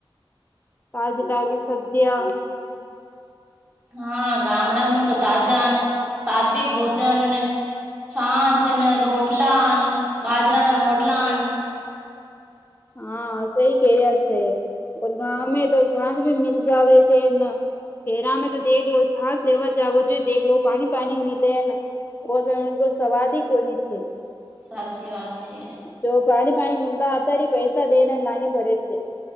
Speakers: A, on the left; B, on the right.
A: તાજી તાજી સબ્જિયા
B: હા ગામડા મ તો તાજા અને સાત્વિક ભોજન અને છાચ અને રોટલાન બાજરા ના રોટલાન
A: હા સઈ કેરિયા છે ગામે તો છાંત ભી મીલ જાવે છે એમને ઘેરામે તો દેખ લો છાસ લેવા જાવો જોઈ દેખલો પાણી પાણી મિલે ને ઓ પણ એમને કો સવાદી કોની છે
B: સાચી વાત છે
A: જો પાણી પાણી મીતા હતારી પૈસા દેને લની પડે છે